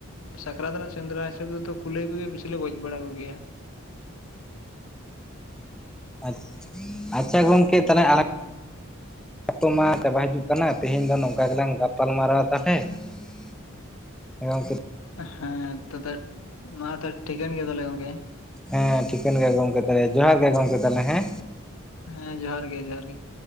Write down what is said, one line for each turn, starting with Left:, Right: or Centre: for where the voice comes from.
Left: ᱥᱟᱠᱨᱟᱛ ᱨᱮᱱᱟᱜ ᱥᱮᱸᱫᱽᱨᱟ ᱦᱤᱥᱟᱹᱵᱽ ᱛᱮᱫᱚ ᱠᱩᱞᱟᱹᱭ ᱢᱩᱞᱟᱹᱭ ᱵᱮᱥᱤ ᱞᱮ ᱜᱚᱡ ᱵᱟᱲᱟ ᱠᱚᱜᱮᱭᱟ ᱾ <inaudible>
Centre: ᱟᱪ, ᱟᱪᱪᱷᱟ ᱜᱚᱝᱠᱮ ᱛᱟᱦᱚᱞᱮ ᱟᱲᱟ <inaudible> ᱢᱟ ᱪᱟᱵᱟ ᱦᱤᱡᱩᱜ ᱼᱼ <unintelligible> ᱛᱮᱦᱮᱧ ᱫᱚ ᱱᱚᱝᱠᱟ ᱜᱮᱞᱟᱝ ᱜᱟᱯᱟᱞ ᱢᱟᱨᱟᱣᱟ ᱛᱟᱦᱚᱞᱮ <unintelligible>
Left: ᱦᱮᱸ ᱛᱚ ᱛᱟᱦᱠᱮ ᱢᱟ ᱛᱟᱦᱮ ᱴᱷᱤᱠᱟᱹᱱ ᱜᱮᱭᱟ ᱛᱟᱦᱚᱞᱮ ᱜᱚᱢᱠᱮ
Centre: ᱦᱮᱸ ᱴᱷᱤᱠᱟᱹᱱ ᱜᱮᱭᱟ ᱜᱚᱢᱠᱮ ᱛᱟᱦᱮ ᱡᱚᱦᱟᱨ ᱜᱮ ᱜᱚᱢᱠᱮ ᱛᱟᱞᱦᱮ ᱦᱮᱸ
Left: ᱦᱮᱸ ᱡᱚᱦᱟᱨ ᱜᱮ ᱡᱚᱦᱟᱨ ᱜᱮ